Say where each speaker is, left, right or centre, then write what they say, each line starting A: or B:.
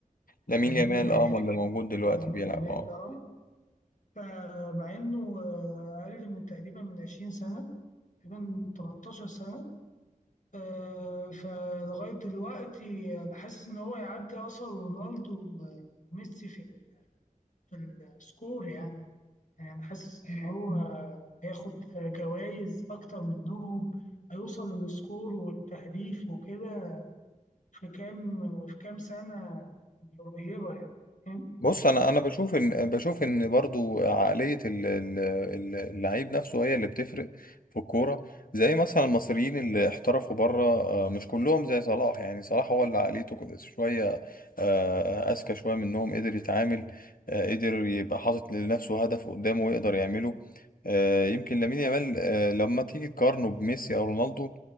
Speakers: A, on the left (about 85°); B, on the left (about 65°).
A: لامين
B: يمين
A: يامال
B: يامال
A: اه هو اللي موجود دلوقتي
B: آه، يامال
A: بيلعب
B: يامال
A: اه
B: اه فمع انه آه، اقل من تقريبا من 20 سنه تقريبا 18 سنه آه، فلغايه دلوقتي انا حاسس ان هو يعدي اصلا رونالدو آه، وميسي في في السكور يعني يعني أنا حاسس إن هو هياخد جوائز أكتر منهم هيوصل للسكور والتهديف وكده في كام في كام سنة قريبة يعني فاهم؟
A: بص انا انا بشوف ان بشوف ان برضو عقليه ال- ال- ال- اللعيب نفسه هي اللي بتفرق في الكوره زي مثلا المصريين اللي احترفوا بره آه، مش كلهم زي صلاح يعني صلاح هو اللي عقليته كو- شويه آه، اذكى شويه منهم قدر يتعامل آه، قدر يبقى حاطط لنفسه هدف قدامه ويقدر يعمله آه، يمكن لامين يامال آه، لما تيجي تقارنه بميسي او رونالدو